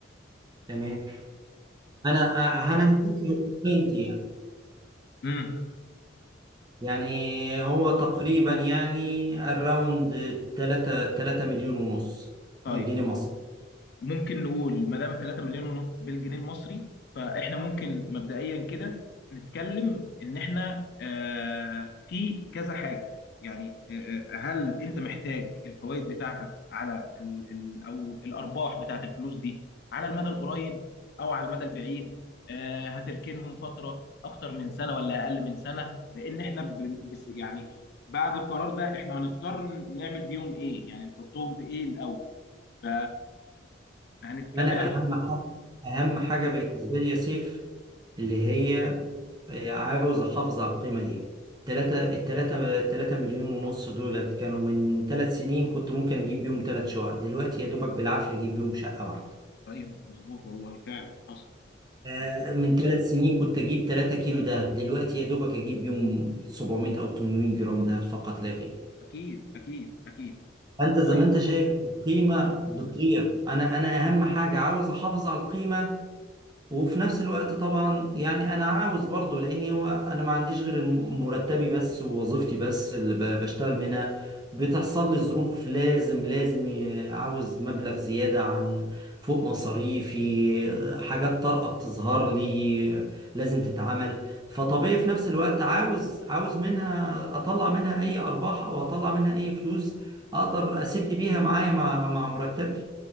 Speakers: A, on the right; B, on the left.
A: تمام انا أ- انا هديك هديك انت يعني
B: امم
A: يعني هو تقريبا يعني الراوند 3 3 مليون ونص
B: طيب
A: جنيه مصري
B: ممكن نقول ما دام 3 مليون ونص بالجنيه المصري فاحنا ممكن مبدئيا كده نتكلم ان احنا آه، في كذا حاجه يعني آه، آه، هل انت محتاج الفوائد بتاعتك على ال- ال- او الارباح بتاعت الفلوس دي على المدى القريب او على المدى البعيد آه، هتركنهم فتره اكتر من سنه ولا اقل من سنه لان احنا ب- بس يعني بعد القرار ده احنا هنضطر نعمل بيهم ايه يعني نحطهم في ايه الاول ف هنتكلم
A: انا
B: ايوه
A: اهم حاجه اهم حاجه بالنسبه لي يا سيف اللي هي عاوز احافظ على القيمه دي 3 3 3 مليون ونص دولت كانوا من 3 سنين كنت ممكن اجيب بيهم 3 شقق دلوقتي يا دوبك بالعافيه اجيب بيهم شقه واحده
B: ايوه مظبوط والله فعلا حصل
A: آه،
B: حصل
A: من ثلاث سنين كنت اجيب 3 كيلو دهب دلوقتي يا دوبك اجيب يوم 700 او 800 جرام دهب فقط لا غير
B: اكيد اكيد اكيد
A: فانت زي
B: طيب
A: ما انت شايف القيمه بتضيع انا انا اهم حاجه عاوز احافظ على القيمه وفي نفس الوقت طبعا يعني انا عاوز برضه لاني هو انا ما عنديش غير الم- مرتبي بس ووظيفتي بس اللي ب- بشتغل منها بتحصل لي ظروف لازم لازم ي- عاوز مبلغ زيادة عن فوق مصاريفي حاجات طارئة بتظهر لي لازم تتعمل فطبيعي في نفس الوقت عاوز عاوز منها اطلع منها اي ارباح او اطلع منها اي فلوس اقدر اسد بيها معايا مع مع مرتبي